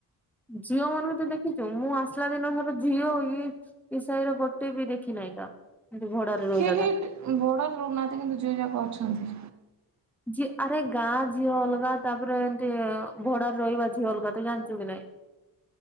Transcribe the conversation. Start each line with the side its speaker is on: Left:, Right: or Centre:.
Centre: ଝିଅ ମାନଙ୍କୁ ତୁ ଦେଖିଛୁ ମୁଁ ଆସିଲା ଦିନ ଠାରୁ ଝିଅ ଇଏ ଏ ସାହିର ଗୋଟେ ବି ଦେଖି ନାହିଁ ତ ଏଇଠି ଭଡାରେ ରହିଲା
Right: କେହି
Centre: ଟା
Right: ଭଡାରେ ରହୁନାହାନ୍ତି କିନ୍ତୁ ଝିଅ ଯାକ ଅଛନ୍ତି।
Centre: ଝି ଆରେ ଗାଁ ଝିଅ ଅଲଗା ତାପରେ ଏମିତି ଭଡାରେ ରହିବା ଝିଅ ଅଲଗା ତୁ ଜାଣିଛୁ କି ନାଇଁ।